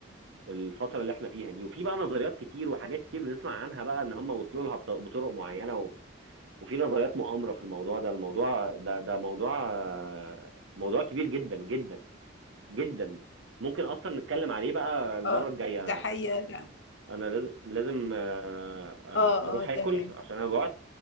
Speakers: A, on the right (about 75°); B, on the left (about 65°).
A: الفترة اللي احنا فيها دي وفي بقى نظريات كتير وحاجات كتير بنسمع عنها بقى ان هم وصلوا لها بط- بطرق معينة و... وفي نظريات مؤامرة في الموضوع ده الموضوع ده ده موضوع آه، موضوع كبير جدا جدا جدا ممكن اصلا نتكلم عليه بقى المره
B: اه
A: الجايه
B: ده حقيقة
A: انا لاز- لازم آه، آه،
B: اه
A: اروح
B: اه
A: اكل
B: تمام
A: عشان انا جوعت